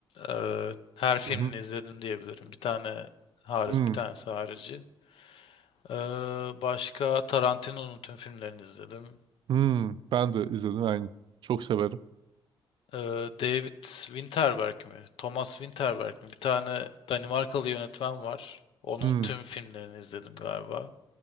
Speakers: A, on the left; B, on the right.
A: eee, her filmini
B: Hı hı.
A: izledim diyebilirim. Bir tane hariç,
B: Hmm.
A: bir tanesi harici. Eee, başka Tarantino'nun tüm filmlerini izledim.
B: Hmm. Ben de izledim aynı. Çok severim.
A: Ee, David Winterberg mi? Thomas Winterberg mi? Bir tane Danimarkalı yönetmen var. Onun
B: Hmm.
A: tüm filmlerini izledim galiba.